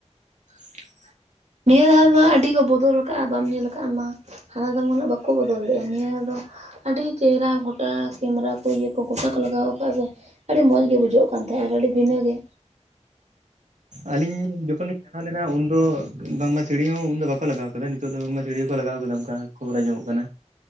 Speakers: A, on the right; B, on the right.
A: <inaudible>
B: ᱱᱤᱭᱟᱹ ᱫᱷᱟᱣ ᱢᱟ ᱟᱹᱰᱤ ᱠᱚ ᱵᱚᱫᱚᱞ ᱠᱟᱜ-ᱟ, ᱵᱟᱢ ᱧᱮᱞ ᱠᱟᱜ ᱟ ᱟᱢ ᱢᱟ ᱦᱟᱱᱟ ᱫᱚᱢ ᱩᱱᱟᱹᱜ ᱵᱟᱠᱚ ᱵᱚᱫᱚᱞ ᱞᱮᱜᱼᱟ ᱱᱤᱭᱟᱹ ᱫᱷᱟᱣ ᱫᱚ ᱟᱹᱰᱤ ᱪᱮᱦᱨᱟ ᱜᱚᱴᱟ ᱠᱮᱢᱨᱟ ᱠᱚ ᱤᱭᱟᱹ ᱠᱚ ᱜᱚᱴᱟ ᱠᱚ ᱞᱟᱜᱟᱣ ᱠᱟᱜ-ᱟ ᱥᱮ ᱟᱹᱰᱤ ᱢᱚᱸᱡᱽ ᱜᱮ ᱵᱩᱡᱷᱟᱹᱜ ᱠᱟᱱ ᱛᱟᱦᱮᱸᱜ-ᱟ ᱟᱨ ᱟᱹᱰᱤ ᱵᱷᱤᱱᱟᱹ ᱜᱮ
A: ᱟᱹᱞᱤᱧ ᱡᱚᱠᱷᱚᱱᱞᱤᱧ ᱪᱟᱞᱟᱣ ᱞᱮᱱᱟ ᱩᱱ ᱫᱚ ᱵᱟᱝᱢᱟ ᱥᱤᱲᱤ ᱦᱚᱸ ᱩᱱᱫᱚ ᱵᱟᱠᱚ ᱞᱟᱜᱟᱣ ᱟᱠᱟᱫᱟ᱾ ᱱᱤᱛᱚᱜ ᱫᱚ ᱵᱟᱝᱢᱟ ᱥᱤᱲᱤ ᱦᱚᱸᱠᱚ ᱞᱟᱜᱟᱣ ᱟᱠᱟᱫᱟ ᱚᱝᱠᱟ ᱾ ᱠᱷᱚᱵᱚᱨ ᱟᱸᱡᱚᱢᱚᱜ ᱠᱟᱱᱟ